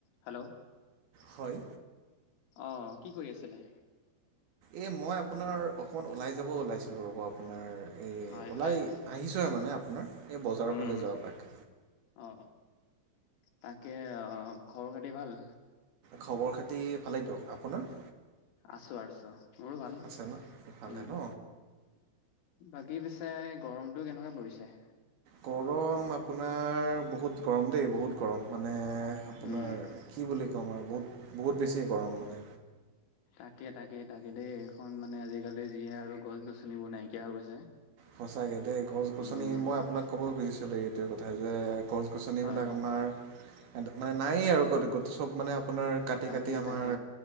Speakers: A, on the left; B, on the right.
A: Hello.
B: হয়।
A: অ কি কৰি আছিলে?
B: এ মই আপোনাৰ অকমান ওলাই যাব ওলাইছিলো ৰব। আপোনাৰ এই
A: হয়
B: ওলাই
A: হয়
B: আহিছোঁ হে মানে আপোনাৰ এই বজাৰৰ
A: উম
B: ফালে যাও এপাক।
A: অ তাকে খবৰ খাতি ভাল।
B: খবৰ খাতি ভালেই দিয়ক। আপোনাৰ?
A: আছো আছো মোৰো ভাল,
B: আছে ন ভালে
A: উম।
B: ন
A: বাকী পিছে গৰমটো কেনেকুৱা পৰিছে?
B: গৰম আপোনাৰ বহুত গৰম দেই বহুত গৰম মানে আপোনাৰ
A: উম।
B: কি বুলি বহুত বহুত বেছি এ গৰম মানে।
A: তাকে তাকে তাকে দেই এইখন মানে আজিকালি যিয়ে আৰু গছ গছনিবোৰ নাইকিয়া হৈ গৈছে।
B: সঁচাকে দেই। গছ গছনি
A: উম
B: মই আপোনাক ক'ব খুজিছিলো এইটোৱে কথা যে গছ গছনিবিলাক
A: হয়
B: আমাৰ মানে নায়েই আৰু চব মানে আপোনাৰ কাটি
A: তাকে
B: কাটি আমাৰ
A: তাকে